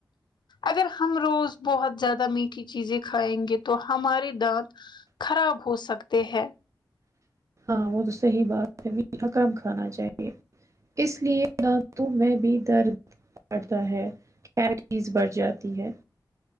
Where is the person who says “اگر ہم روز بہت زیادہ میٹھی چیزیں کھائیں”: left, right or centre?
Left